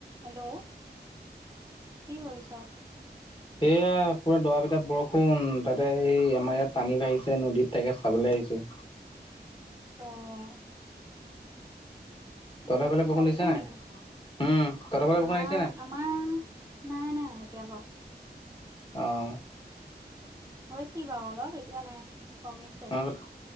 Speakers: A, on the right; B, on the left.
A: Hello কি কৰিছ?
B: সেয়া পুৰা দৰা পিটাত বৰষুণ তাতে সেই আমাৰ ইয়াত পানী বাঢ়িছে নদীত তাকে চাবলৈ আহিছো
A: অঁ
B: তহঁতৰ
A: বহুত
B: ফালে
A: সোত
B: বৰষুণ
A: বাঢ়িছে
B: দিছে নাই?
A: নেকি?
B: উম, তহঁতৰ ফালে বৰষুণ
A: আমাৰ
B: আহিছে নাই?
A: আমাৰ নাই নাই এতিয়া বাৰু
B: আহ
A: হৈছিল বাৰু অলপ এতিয়া নাই কমিছে অ
B: আমাৰ